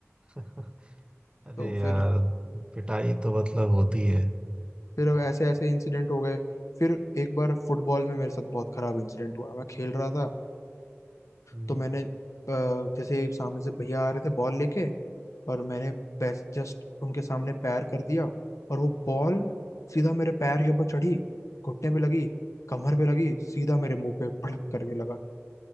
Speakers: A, on the right (about 20°); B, on the left (about 80°).
A: <laughs> अरे
B: तो
A: यार
B: फिर
A: पिटाई तो मतलब होती है
B: फिर ऐसे ऐसे इंसिडेंट हो गए फिर एक बार फुटबॉल में मेरे साथ बहुत खराब इंसिडेंट हुआ मैं खेल रहा था
A: हम्म,
B: तो मैंने अ, जैसे सामने से भैया आ रहे थे बॉल लेके और मैंने जस्ट उनके सामने पैर कर दिया और वो बॉल सीधा मेरे पैर के ऊपर चढ़ी घुटने पे लगी कमर पे लगी सीधा मेरे मुंह पे भड़क करके लगा